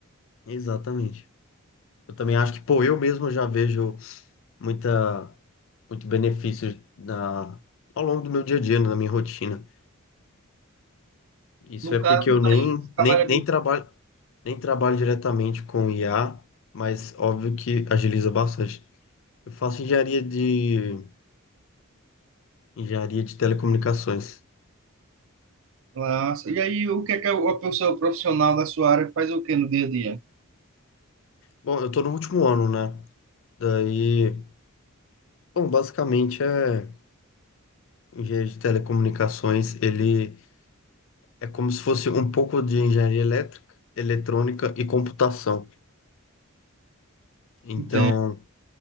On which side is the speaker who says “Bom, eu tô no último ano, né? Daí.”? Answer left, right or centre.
Left